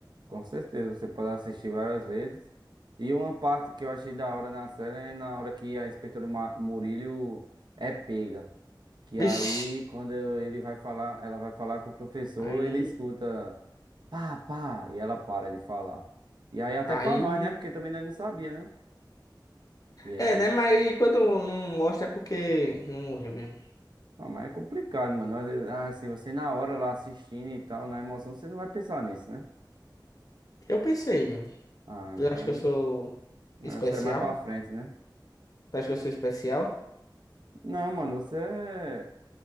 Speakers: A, on the right; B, on the left.
A: com certeza, você pode assistir várias vezes. E uma parte que eu achei da hora na série é na hora que a inspetora Ma- Murillo é pega. Que
B: Vixe!
A: aí, quando eu- ele vai falar, ela vai falar com o professor,
B: Aí,
A: ele escuta pá, pá, e ela para de falar. E aí, até
B: aí
A: pra nós, né? Porque também nós não sabia, né? E
B: É,
A: aí,
B: né? Mas quando não mostra é porque não morreu mesmo.
A: ah, mas é complicado, mano. Nós- Ah, se você na hora lá assistindo e tal, na emoção, você não vai pensar nisso, né?
B: Eu pensei mesmo.
A: Ah,
B: Tu
A: então,
B: acha que eu sou
A: é,
B: especial?
A: você é mais pra frente, né?
B: Tu acha que eu sou especial?
A: Não, mano, você é,